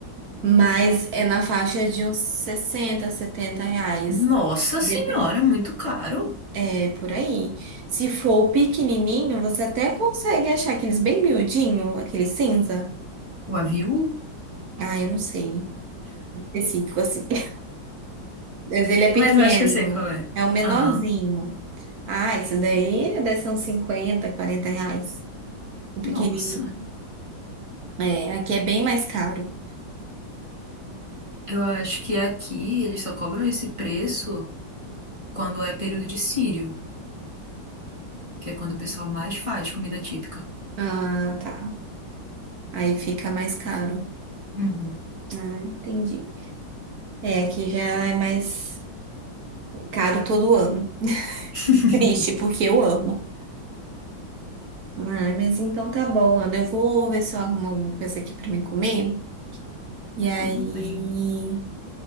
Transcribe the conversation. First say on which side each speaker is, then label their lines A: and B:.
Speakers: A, on the right (about 60°); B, on the right (about 15°).
A: mas é na faixa de uns 60, 70 reais.
B: Nossa
A: Dep-
B: senhora, muito caro.
A: É por aí. Se for o pequenininho, você até consegue achar aqueles bem miudinho, aquele cinza.
B: O avião?
A: Ah, eu não sei. Específico assim. <laughs> Mas ele é pequeno,
B: Mas eu acho que eu sei qual é.
A: é o menorzinho.
B: Aham.
A: Ah, esse daí deve ser uns 50, 40 reais. O pequenininho.
B: Nossa,
A: É, aqui é bem mais caro.
B: eu acho que aqui eles só cobram esse preço. quando é período de sírio, que é quando o pessoal mais faz comida típica.
A: Ah, tá. Aí fica mais caro.
B: Uhum.
A: Ah, entendi. É, aqui já é mais caro todo ano.
B: <laughs>
A: Triste, porque eu amo. Ai, mas então tá bom, Ana. Eu vou ver se eu arrumo alguma coisa aqui pra mim comer. E aí,
B: Tudo bem.